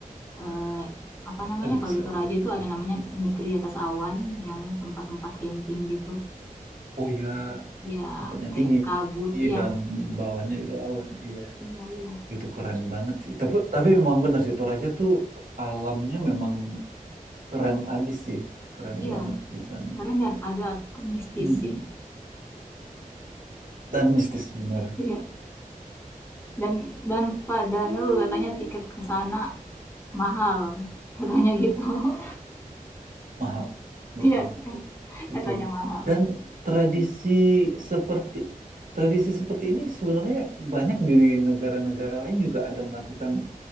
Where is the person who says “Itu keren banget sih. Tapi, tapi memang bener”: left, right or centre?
Right